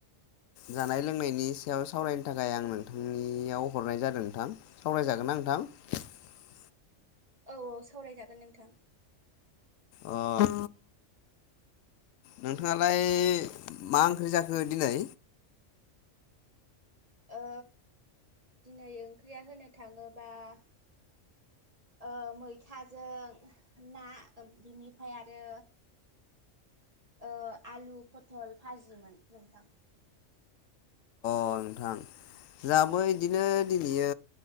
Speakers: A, on the left (about 85°); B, on the right (about 30°).
A: जानाय लोंनायनि सायाव सावरायनो थाखाय आं नोंथांनियाव हरनाय जादों नोंथां। सावरायजागोन ना नोंथां? <unintelligible>
B: औ औ सावरायजागोन नोंथां।
A: अ नोंथाङालाय मा ओंख्रि जाखो दिनै?
B: ओ दिनै ओंख्रिया होनो थाङोबा ओ मैथाजों ना बिनिफ्राय आरो ओ आलु फथल भाजिमोन नोंथां।
A: अ नोंथां जाबो इदिनो दिनैयो